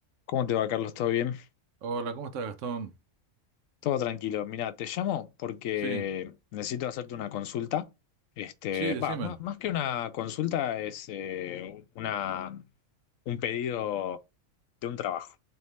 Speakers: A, on the left; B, on the right.
A: ¿Cómo te va, Carlos? ¿Todo bien?
B: Hola, ¿cómo estás, Gastón?
A: Todo tranquilo. Mira, te llamo porque
B: Sí,
A: necesito hacerte una consulta. Este,
B: sí, decime.
A: va, má- más, que una consulta es eh, una, un pedido de un trabajo.